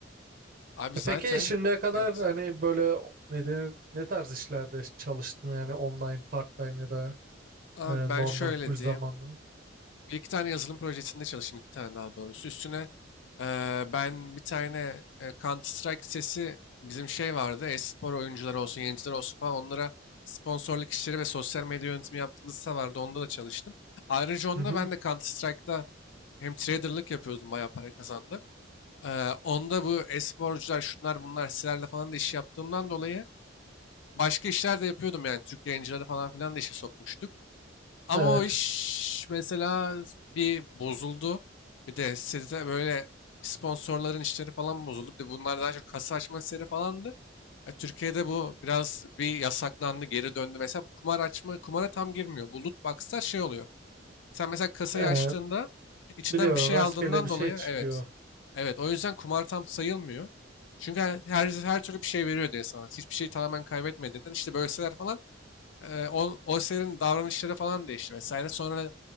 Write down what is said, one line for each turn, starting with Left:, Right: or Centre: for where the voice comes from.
Left: Abi
Right: E
Left: zaten
Right: Peki şimdiye kadar
Left: evet.
Right: hani böyle ne denir, ne tarz işlerde çalıştın yani online part-time ya da
Left: Abi
Right: e,
Left: ben
Right: normal
Left: şöyle
Right: full zamanlı?
Left: diyeyim. Bir iki tane yazılım projesinde çalıştım. iki tane daha doğrusu. Üstüne eee, ben bir tane eee, Counter Strike sitesi bizim şey vardı. E-spor oyuncuları olsun, yayıncılar olsun falan onlara sponsorluk işleri ve sosyal medya yönetimi yaptığımız site vardı. Onda da çalıştım. Ayrıca onda
Right: Hı hı,
Left: ben de Counter Strike'da hem traderlık yapıyordum. Bayağı para kazandım. Eee, onda bu e-sporcular şunlar bunlar sitelerle falan da iş yaptığımdan dolayı başka işler de yapıyordum yani. Türk yayıncıları falan filan da işe sokmuştuk. Ama
Right: evet.
Left: o iş mesela bir bozuldu. Bir de site böyle sponsorların işleri falan bozuldu. Bir de bunlar daha çok kasa açma işleri falandı. Ya Türkiye'de bu biraz bir yasaklandı, geri döndü. Mesela bu kumar açma, kumara tam girmiyor. Bu loot box'lar şey oluyor. Sen mesela kasayı
Right: E,
Left: açtığında içinden
Right: biliyorum
Left: bir şey
Right: rastgele
Left: aldığından
Right: bir şey
Left: dolayı
Right: çıkıyor.
Left: evet. Evet o yüzden kumar tam sayılmıyor. Çünkü her, her, her türlü bir şey veriyor diye sana. Hiçbir şeyi tamamen kaybetmediğinden işte böyle siteler falan e, o, o sitelerin davranışları falan değişti vesaire. Sonra